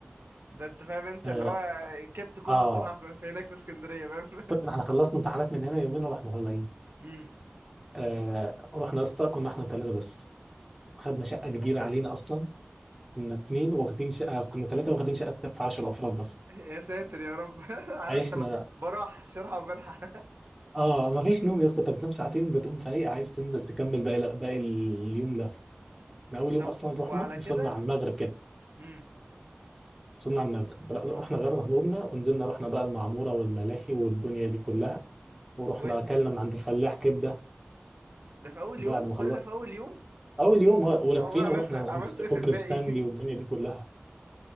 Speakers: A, on the right (about 65°); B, in the centre.
A: ده انت فاهم انت
B: اه
A: اللي هو الكبت كله
B: آه،
A: طلع في في هناك في اسكندرية فاهم
B: طيب، احنا خلصنا امتحانات من هنا يومين ورحنا طالعين
A: <laughs> امم
B: آه رحنا يا اسطى كنا احنا ثلاثه بس خدنا شقه
A: طب
B: كبيره
A: تحفة
B: علينا اصلا كنا اثنين واخدين شقه كنا ثلاثه واخدين شقه تكفي 10 افراد بس
A: يا ساتر يا رب <laughs> عارف
B: عشنا
A: انت ب- براح شرحة وبرحة
B: اه مفيش نوم يا اسطى انت بتنام ساعتين بتقوم فايق عايز تنزل تكمل باقي باقي اليوم ده احنا
A: <laughs>
B: اول يوم
A: طب
B: اصلا رحنا
A: وعلى
B: وصلنا
A: كده
B: على المغرب كده
A: امم
B: وصلنا على المغرب لا،
A: امم
B: احنا غيرنا هدومنا ونزلنا رحنا بقى المعموره والملاهي والدنيا دي كلها ورحنا
A: ودي
B: اكلنا من عند الفلاح كبده
A: ده في اول
B: وبعد
A: يوم كل
B: ما خلصنا
A: ده في اول يوم
B: اول يوم آه، ولفينا
A: أما عملت
B: ورحنا
A: عملت
B: عند ست-
A: ايه
B: كوبري
A: في الباقي
B: ستانلي
A: <laughs>
B: والدنيا دي كلها